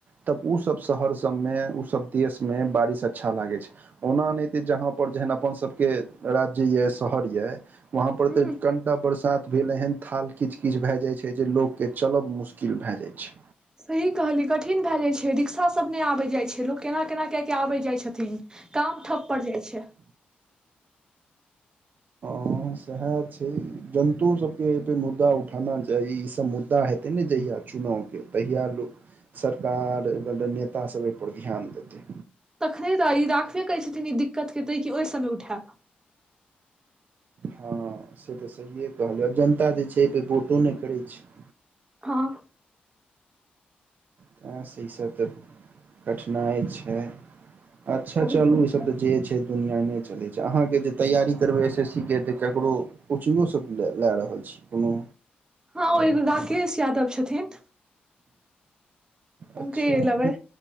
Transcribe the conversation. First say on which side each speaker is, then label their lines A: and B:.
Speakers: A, on the right (about 55°); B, on the right (about 20°).
A: तब उ सभ शहर सभमे उ सभ देश मे बारिश अच्छा लागे छै ओना नहि ते जहा पर जेहन अपन सभके राज्य ये शहर ये, ओतय पर
B: ह
A: तऽ कनिकटा बरसात। भेल एहन थाल किछु किछु भऽ जाइ छै जे लोकके चलब मुश्किल भए जाइ छै
B: सही कहलियै कठिन भए जाइत छै रिक्शासभ नहि आबैत जाइत छै लोक केना केना कए कऽ आबैत जाइत छथिन काम ठप पड़ जाइत छै
A: हँ, सएह छै। जनताके सबके परे मुद्दा उठेबाक चाही, ई सभ मुद्दा हेतै ने जहिया। चुनावके तहिया लोक सरकार नेता सब एहि पर ध्यान देतै
B: तखने तऽ ई राखबे करैत छथिन ई दिक्कतके तऽ कि ओहि समय उठायब
A: हँ से तऽ सहिए कहलियै आब जनता जे छै एहिपर वोटो नहि करैत छै
B: हँ
A: तें सँ इसभ तऽ कठिनाइ छै अच्छा
B: बहुत
A: चलू
B: बड़का,
A: ईसभ तऽ जे छै दुनिया नहि चलैत छै अहाँके जे तैयारी करबै एस एस सी के तऽ केकरो कोचिंगो सभ लऽ रहल छी कोनो
B: हँ यो एगो राकेश यादव छथिन हुनके
A: अच्छा
B: लेबै
A: की